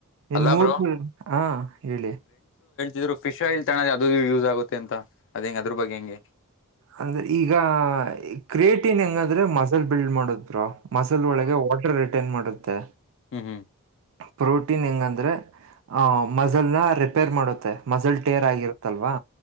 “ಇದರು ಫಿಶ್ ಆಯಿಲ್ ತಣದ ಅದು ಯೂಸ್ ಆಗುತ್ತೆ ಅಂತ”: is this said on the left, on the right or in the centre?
Left